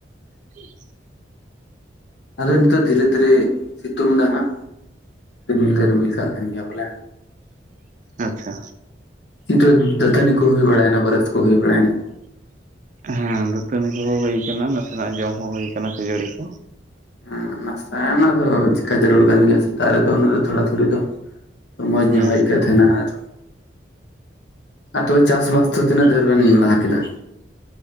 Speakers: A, on the right; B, on the left.
A: ᱦᱮᱸ
B: ᱟᱫᱚ ᱱᱤᱛᱚᱜ ᱫᱷᱤᱨᱮ ᱫᱷᱤᱨᱮ ᱥᱤᱛᱩᱝ ᱫᱟᱭ ᱱᱟᱸᱜ ᱨᱤᱢᱤᱞ ᱫᱚ ᱨᱤᱢᱤᱞ ᱠᱟᱜ ᱛᱟᱦᱮᱱ ᱜᱮᱭᱟ ᱵᱚᱞᱮ
A: ᱟᱪᱪᱷᱟ
B: ᱱᱤᱛᱚᱜ ᱫᱟ. ᱛᱟ. ᱽᱱᱤ ᱠᱚ ᱦᱩᱭ ᱵᱟᱲᱟᱭᱱᱟ ᱵᱚᱨᱚᱥ ᱠᱚ ᱦᱩᱭ ᱵᱟᱲᱟᱭᱮᱱᱟ
A: ᱦᱮᱸ ᱫᱟᱹᱛᱟᱹᱱᱤ ᱠᱚᱦᱚᱸ ᱦᱩᱭ ᱟᱠᱟᱱᱟ ᱱᱟᱥᱮᱱᱟᱜ ᱡᱚᱢ ᱦᱚᱸ ᱦᱩᱭ ᱟᱠᱟᱱᱟ ᱠᱷᱟᱹᱡᱟᱹᱲᱤ ᱠᱚ
B: ᱦᱮᱸ ᱱᱟᱥᱛᱟ ᱚᱱᱟ ᱫᱚ ᱪᱤᱠᱟ ᱡᱟᱹᱨᱩᱲ ᱠᱟᱱ ᱜᱮᱭᱟ ᱥᱮᱛᱟᱜ ᱨᱮᱫᱚ ᱚᱱᱟ ᱫᱚ ᱛᱷᱚᱲᱟ ᱛᱷᱩᱲᱤ ᱫᱚ ᱚ ᱢᱚᱸᱡᱽ
A: ᱦᱮᱸ
B: ᱧᱚᱜ ᱟᱹᱭᱠᱟᱹᱜ ᱛᱟᱦᱮᱱᱟ ᱟᱨ ᱟᱨ ᱛᱚᱵᱮ ᱪᱟᱥᱵᱟᱥ ᱫᱚ ᱛᱤᱱᱟᱹᱜ ᱫᱷᱩᱨ ᱵᱮᱱ ᱞᱟᱦᱟ ᱠᱮᱫᱟ